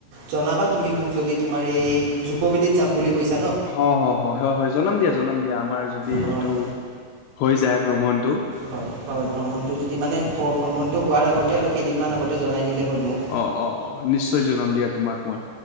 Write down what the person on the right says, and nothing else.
জনাবা তুমি মোক যদি তোমাৰ এই জুকবদিত যাম বুলি কৈছ।
হয়
হয় হয় ভ্ৰমণটো যদি মানে ভ্ৰমণটো হোৱাৰ আগতে আৰু কেইদিনমান আগতে জনাই দিলে হ'ল। মোক